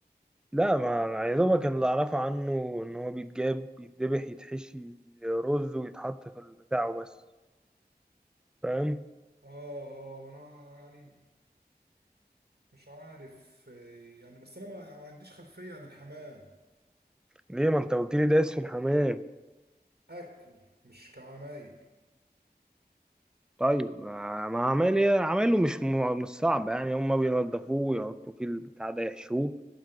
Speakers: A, in the centre; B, on the right (about 80°).
A: لا ما يا دوبك اللي اعرفه عنه ان هو بيتجاب يتذبح يتحشي رز ويتحط في البتاع وبس فاهم
B: اه اه ما انا يعني مش عارف إيه، يعني بس انا ما, يعني ما عنديش خلفية عن الحمام
A: ليه ما انت قلت لي دايس في الحمام
B: اكل مش كعمايل
A: طيب ما ما عمال عمايله مش م- مش صعب يعني هما بينضفوه ويحطوا فيه البتاع ده يحشوه